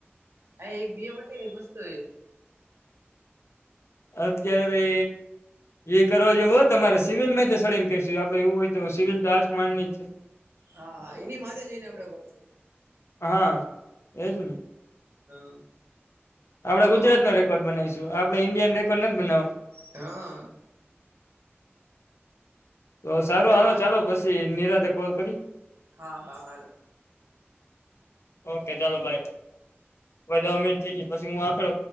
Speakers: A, on the right (about 70°); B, on the left (about 80°).
A: હ એક બિય વટે મસ્ત એ.
B: અત્યારે તો. એ કરવા જે હોય તમારે સિવિલ માંથી સડીને કેશ આપડે એવું હોય તો સિવિલ તો આઠ માણ ની જ છે.
A: હા હા એની માથે જઈને આવડે કરશું.
B: હા એજ ને
A: હા
B: આપડે ગુજરાત
A: વાત
B: નો રેકોર્ડ બનાવીશું આપડણે ઇન્ડિયન રેકોર્ડ નથી બનાવો
A: હા
B: તો સારું
A: એટલે
B: હાલો
A: વાત
B: ચાલો પછી નિરાતે કોલ કરી
A: હા હા હાલ
B: ઓકે ચાલો ભાઈ બધો અમીર થઇ ગયો પછી હું આક્લો